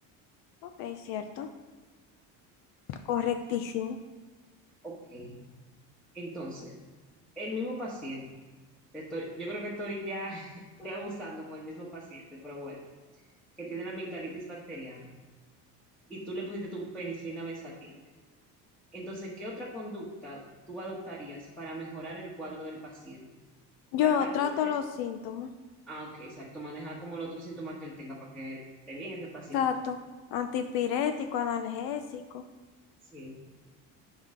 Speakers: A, on the left (about 80°); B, in the centre.
A: Ok, cierto. Correctísimo.
B: Ok. Entonces, el mismo paciente. Te estoy, yo creo que estoy ya <laughs> estoy abusando con el mismo paciente, pero bueno, que tiene la amigdalitis bacteriana y tú le pusiste tu penicilina benzatínica. Entonces, ¿qué otra conducta tú adoptarías para mejorar el cuadro del paciente?
A: Yo
B: Tratar
A: trato
B: durante
A: los síntomas.
B: Ah, ok, exacto. Maneja como el otro síntoma que él tenga para que esté bien ese paciente.
A: Trato antipirético, analgésico.
B: Sí.